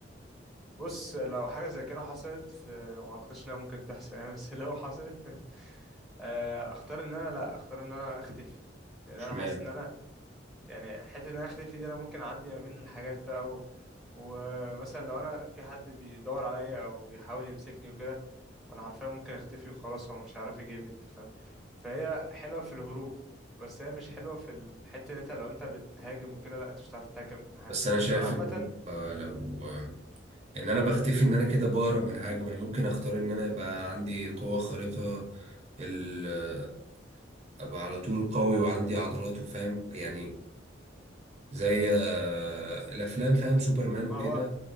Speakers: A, in the centre; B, on the right.
A: بص لو حاجه زي كده حصلت في ما اعتقدش انها ممكن تحصل يعني بس لو حصلت <laughs> آه، اختار ان انا لا اختار ان انا اختفي لان
B: اشمعنى
A: انا حاسس ان انا يعني حتة ان انا اختفي دي انا ممكن اعدي ما بين الحاجات بقى و... ومثلا لو انا في حد بيدور عليا او بيحاول يمسكني وكده انا حرفيا ممكن اختفي وخلاص هو مش هيعرف يجيبني انت فاهم فهي حلوة في الهروب بس هي مش حلوة في الحتة ان انت لو انت بتهاجم وكده لا انت مش هتعرف تهاجم حد
B: بس انا شايف
A: وانا عامة
B: ان آه، لو آه، ان انا بختفي ان انا كده بهرب من حاجة ما انا ممكن اختار ان انا يبقى عندي قوة خارقة ال- ابقى على طول قوي وعندي عضلات وفاهم يعني زي آه، الافلام فاهم سوبرمان وكده
A: ما هو